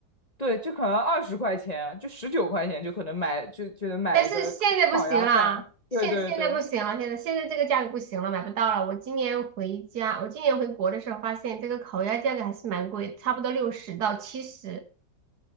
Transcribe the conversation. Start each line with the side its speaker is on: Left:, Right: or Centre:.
Left: 对，就可能二十块钱，就十九块钱就可能买就就能买一个烤烤鸭饭。
Right: 但是现在不行了，
Left: 对对对，
Right: 现现在不行了，现在现在这个价格不行了，买不到了。我今年回家，我今年回国的时候发现这个烤鸭价格还是蛮贵，差不多六十到七十。